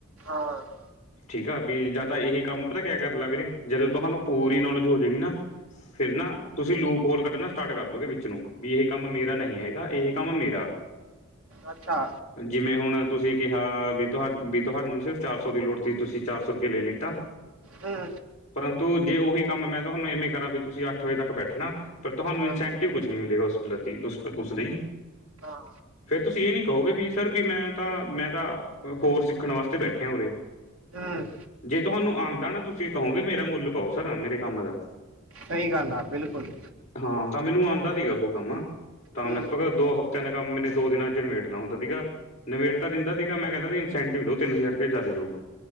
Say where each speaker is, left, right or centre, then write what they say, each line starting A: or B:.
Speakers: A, on the right (about 85°); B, on the left (about 35°).
A: ਹਾਂ
B: ਠੀਕ ਆ ਵੀ ਜਾਂ ਤਾਂ ਇਹੀ ਕੰਮ ਪਤਾ ਕਿਆ ਕਰ ਲਾ ਵੀਰੇ ਜਦੋਂ ਤੁਹਾਨੂੰ ਪੂਰੀ ਨੌਲੇਜ ਹੋ ਜਾਏਗੀ ਨਾ। ਫਿਰ ਨਾ ਤੁਸੀਂ ਲੂਪ ਹੋਲ ਕੱਢਣਾ ਸਟਾਰਟ ਕਰਦੋਗੇ ਵਿੱਚ ਨੂੰ ਵੀ ਇਹ ਕੰਮ ਮੇਰਾ ਨਹੀ ਹੈਗਾ। ਇਹ ਕੰਮ ਮੇਰਾ
A: ਅੱਛਾ
B: ਜਿਵੇਂ ਹੁਣ ਤੁਸੀਂ ਕਿਹਾ ਵੀ ਤੁਹਾ ਵੀ ਤੁਹਾਨੂੰ ਸਿਰਫ਼ ਚਾਰ ਸੌ ਦੀ ਲੋੜ ਸੀ ਤੁਸੀਂ ਚਾਰ ਸੌ ਲੈ ਲਿੱਤਾ
A: ਹੂੰ
B: ਪਰੰਤੂ ਜੇ ਉਹੀ ਕੰਮ ਮੈਂ ਤੁਹਾਨੂੰ ਇਵੇਂ ਕਰਾਂ ਵੀ ਤੁਸੀਂ ਅੱਠ ਵਜੇ ਤੱਕ ਬੈਠੇ ਪਰ ਤੁਹਾਨੂੰ
A: ਹਾਂ
B: ਇਨਸੈਂਟਿਵ ਕੁਛ ਨੀ ਮਿਲੇਗਾ ਉਸ ਪ੍ਰਤੀ ਉਸ-ਉਸ ਲਈ
A: ਹਾਂ
B: ਫਿਰ ਤੁਸੀਂ ਇਹ ਨਈ ਕਹੋਗੇ ਵੀ ਸਰ ਵੀ ਮੈਂ ਤਾਂ ਮੈਂ ਤਾਂ ਹੋਰ ਕੋਰਸ ਸਿੱਖਣ ਵਾਸਤੇ ਬੈਠੇ ਉਰੇ
A: ਹੂੰ
B: ਜੇ ਤੁਹਾਨੂੰ ਆਂਦਾ ਨਾ ਤੁਸੀਂ ਕਹੋਗੇ ਮੇਰਾ ਮੁੱਲ ਪਾਓ ਸਰ ਮੇਰੇ ਕੰਮ ਦਾ
A: ਸਈ ਗੱਲ ਆ ਬਿਲਕੁਲ
B: ਹਾਂ ਤਾਂ ਮੈਨੂੰ ਆਂਦਾ ਤੀ ਓ ਕੰਮ ਤਾਂ
A: ਹੂੰ
B: ਲਗਭਗ ਦੋ ਹਫ਼ਤਿਆਂ ਦਾ ਕੰਮ ਮੈਨੇ ਦੋ ਦਿਨਾਂ 'ਚ ਨਮੇੜਣਾ ਹੁੰਦਾ ਸੀਗਾ। ਨਿਵੇੜ ਤਾਂ ਦਿੰਦਾ ਸੀਗਾ ਮੈਂ ਕੈਦਾ ਇਸੈਂਟਿਵ ਦੋ ਤਿੰਨ ਹਜਾਰ ਰੁਪਏ ਜਾਦਾ ਦੋ।